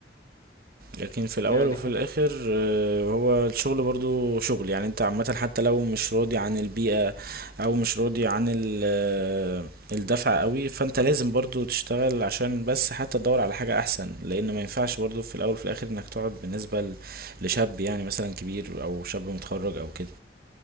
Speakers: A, on the right; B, on the left.
A: لكن في الاول
B: لا
A: وفي
B: دي حاجة
A: الاخر آه، هو الشغل برضو شغل يعني انت عامة حتى لو مش راضي عن البيئة او مش راضي عن ال- آه، الدفع قوي فانت لازم برضو تشتغل عشان بس حتى تدور على حاجة احسن لان ما ينفعش برضو في الاول وفي الاخر انك تقعد بالنسبة ل- لشاب يعني مثلا كبير او شاب متخرج او كده